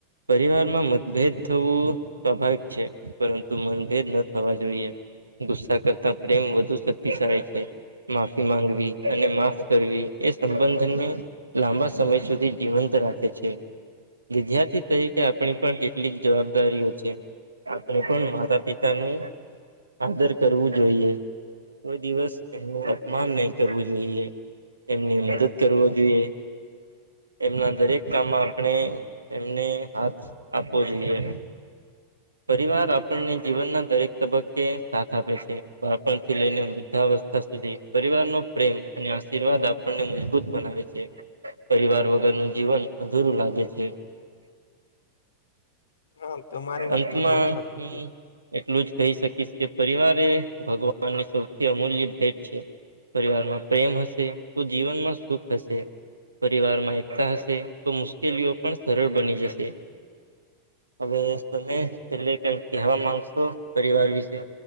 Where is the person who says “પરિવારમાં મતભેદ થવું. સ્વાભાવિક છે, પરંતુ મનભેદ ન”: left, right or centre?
Right